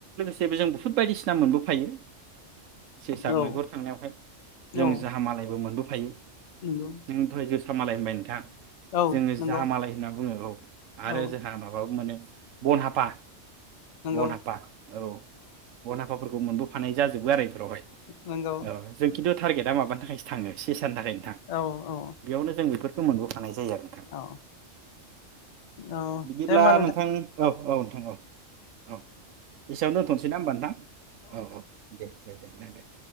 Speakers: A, on the right (about 80°); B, on the left (about 65°).
A: जेबो जों बुहुत बायदिसिना मोनबोफायो। सेसा
B: औ
A: मैहुर थांनायावहाय जों
B: औ
A: जाहा मालायबो मोनबो फाइ
B: नंगौ
A: नों दहाय जो फ्रा मालाय होनबाय नोंथां।
B: औ
A: जोङो
B: नंगौ
A: दाहामालाय होनना बुङो औ‌। आरो
B: औ
A: जोंहा माबा मोनो बन हाफा
B: नंगौ
A: बन हफा औ बना हाफाफोरखौ मोनबोफानाय जाजोबो आरो <unintelligible>
B: नंगौ
A: औ जों खिन्थु टारगेट माबानि थाखासो थाङो सेसा सानि थाखाय नोंथां
B: औ औ
A: बेयावनो जों बेफोर मोनबोफानाय जायो। जायो आरो नोंथां
B: औ औ
A: बिदिब्ला
B: दे होमबा
A: नोंथां औ औ नोंथां औ औ एसेयाव दोनथ'नोसै ना होमबा नोंथां औ औ दे दे नोंथां दे